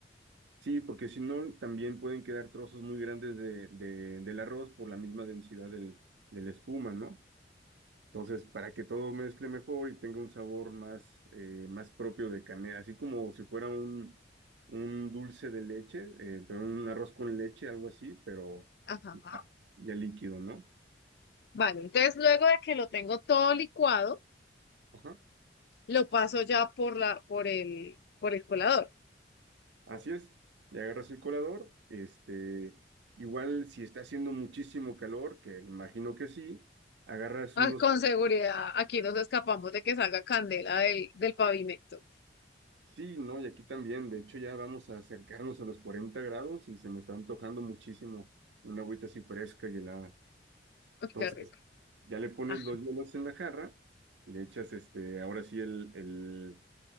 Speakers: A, on the right; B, on the left.
A: sí, porque si no, también pueden quedar trozos muy grandes de, de- del arroz por la misma densidad del, de la espuma, ¿no? Entonces, para que todo mezcle mejor y tenga un sabor más, eh, más propio de canela, así como si fuera un, un dulce de leche, eh, pero un arroz con leche, algo así, pero
B: ajá,
A: ya, ya líquido, ¿no?
B: vale. Entonces luego de que lo tengo todo licuado,
A: Ajá,
B: lo paso ya por la, por el, por el colador.
A: así es. Le agarras el colador, este, igual si está haciendo muchísimo calor, que imagino que sí, agarras
B: Ay,
A: unos,
B: con seguridad, aquí nos escapamos de que salga candela del, del pavimento.
A: sí, ¿no? Y aquí también, de hecho ya vamos a acercarnos a los 40 grados y se me está antojando muchísimo una agüita así fresca y helada.
B: Uy,
A: Entonces,
B: qué rico.
A: ya le pones
B: Ah,
A: los hielos en la jarra, le echas este, ahora sí el, el